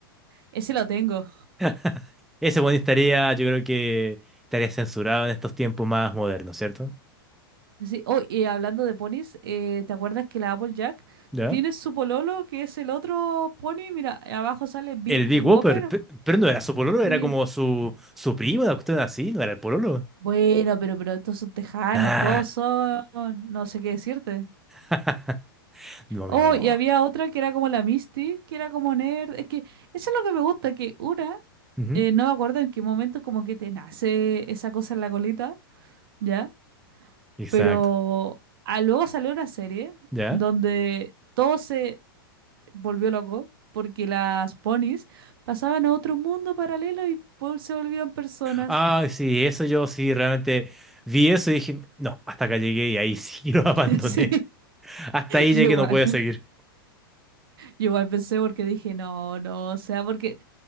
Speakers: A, on the right (about 70°); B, in the centre.
A: Ese lo tengo.
B: <laughs> Ese boni estaría, yo creo que estaría censurado en estos tiempos más modernos, ¿cierto?
A: Sí, oh, y hablando de ponis, eh, ¿te acuerdas que la Applejack
B: ¿Ya?
A: tiene su pololo, que es el otro pony? Mira, abajo sale Bib
B: El Big
A: Whopper.
B: Whopper, pe- pero no era su pololo,
A: Sí.
B: era como su, su primo, una cuestión así, no era el pololo.
A: Bueno, pero, pero estos son tejanos,
B: Ah,
A: todos son, no sé qué decirte.
B: <laughs> no,
A: Oh,
B: mi amor.
A: y había otra que era como la Misty, que era como nerd. Es que eso es lo que me gusta, que una,
B: Ujú,
A: eh, no me acuerdo en qué momento como que te nace esa cosa en la colita, ¿ya?
B: Exacto,
A: Pero ah, luego salió una serie
B: ¿ya?
A: donde todo se volvió loco porque las ponis pasaban a otro mundo paralelo y Paul se volvían personas.
B: Ah, sí, eso yo sí realmente vi eso y dije, no, hasta acá llegué y ahí sí <laughs> lo
A: <laughs>
B: abandoné.
A: Sí,
B: Hasta ahí
A: yo
B: llegué,
A: igual.
B: no podía seguir.
A: Yo igual pensé porque dije, no, no, o sea, porque,